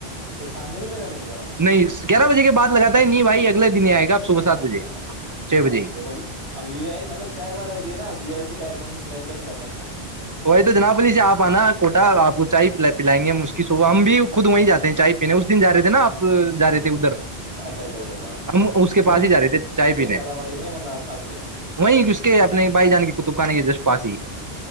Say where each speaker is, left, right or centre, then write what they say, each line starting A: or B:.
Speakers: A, on the right (about 85°); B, on the right (about 25°).
A: پیسام کو نہیں لگا بہارا
B: نہیں گیارہ بجے کے بعد لگاتا ہے نہیں بھائی اگلے دن ہی آئے گا آپ
A: کیا
B: صبح
A: بات
B: سات بجے
A: ہے یار
B: چھ بجے
A: اب دیکھو اب ویو آئی مطلب چائے والا بھی ہے نا ویو آئی ٹائمنگ مر
B: وہی تو جناب لیجیے آپ آنا کوٹا آپ کو چائے پلائیں گے اس کی صوب ہم بھی خود وہیں جاتے ہیں چائے پینے اس دن جا رہے نا آپ رہے تھے ادھر
A: اچھا اچھا اچھا اچھا
B: ہم اس کے پاس
A: نہیں
B: ہی جا رہے تھے چائے
A: نہیں
B: پینے
A: دادا باڑی میں ہے مطلب آس پاس ہی ہے
B: وہیں اس کے اپنے بھائی جانے کے کطب کے کے جسٹ فاسی